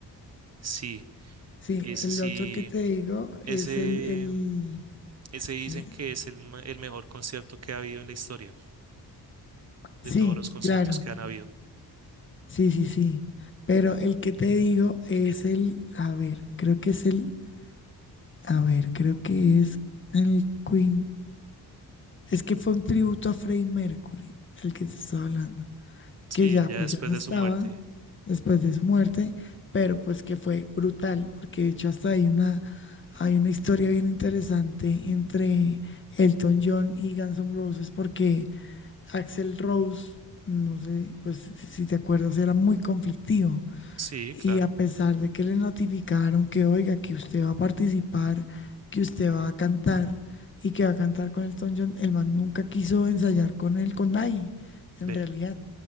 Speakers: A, on the right; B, on the left.
A: Sí,
B: sí,
A: ese
B: el
A: sí,
B: otro que te digo es
A: ese,
B: el, el,
A: ese
B: es
A: dicen
B: que,
A: que es el, ma- el mejor concierto que ha habido en la historia,
B: sí,
A: de todos los conciertos
B: claro,
A: que han habido.
B: sí, sí, sí. Pero el que te digo es el, a ver, creo que es el A ver, creo que es el Queen. Es que fue un tributo a Freddie Mercury, el que te estaba hablando.
A: Sí,
B: Que ya,
A: ya
B: pues
A: después
B: ya no
A: de
B: estaba
A: su muerte.
B: después de su muerte, pero pues que fue brutal, porque de hecho hasta hay una, hay una historia bien interesante entre Elton John y Guns N' Roses, porque Axel Rose, no sé, pues si si te acuerdas, era muy conflictivo.
A: Sí,
B: Y
A: claro.
B: a pesar de que le notificaron que, oiga, que usted va a participar, que usted va a cantar y que va a cantar con Elton John, el man nunca quiso ensayar con él, con nadie, en
A: Ve.
B: realidad.